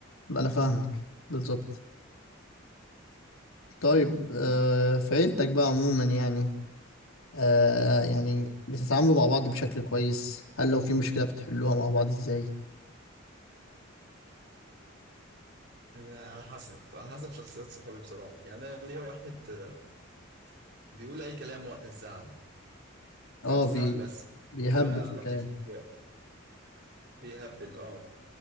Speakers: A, on the left (about 85°); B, on the right (about 55°).
A: انا فاهمك بالظبط طيب آه، في عيلتك بقى عموما يعني آه، يعني بتتعاملوا مع بعض بشكل كويس هل لو في مشكله بتحلوها مع بعض ازاي
B: يعني على حسب على حسب شخصيات صحابي بصراحة يعني انا ليا واحد آه، بيقول اي كلام وقت الزعل
A: اه
B: وقت
A: بي
B: الزعل بس
A: بيهبل
B: هو
A: في الكلام
B: لطيف في الوقت بيهبل اه